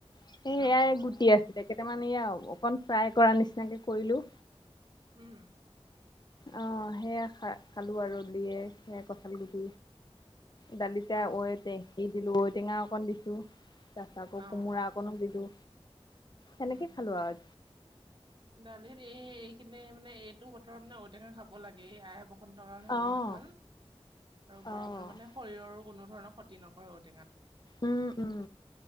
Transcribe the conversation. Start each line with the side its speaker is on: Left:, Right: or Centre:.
Left: সেয়াই
Right: অ', অ', অ',
Left: গুটি আছিল। কেইটামান এই আও অকণ ফ্ৰাই কৰা নিচিনাকে কৰিলোঁ।
Right: উম।
Left: অ সেইয়া খা খালো আৰু দিয়ে সেইয়া কঠাল গুটি দালিতে
Right: অ',
Left: ঐটৈ সেই দিলোঁ ঔটেঙা অকণ দিছোঁ। তাৰপিছত আকৌ
Right: অ',
Left: কোমোৰা
Right: অ',
Left: অকণো দিলো। সেনেকে
Right: উম, উম,
Left: খালোঁ আও
Right: দালিত এই এইখিনি মানে এইটো বতৰত মানে ঔটেঙা খাব লাগে এই আই বস- সন্তৰ কাৰণেও
Left: অঁ
Right: বহুত ভাল আৰু
Left: অঁ
Right: গৰমত মানে, শৰীৰৰো কোনো ধৰণৰ ক্ষতি নকৰে ঔটেঙাটো।
Left: উম উম,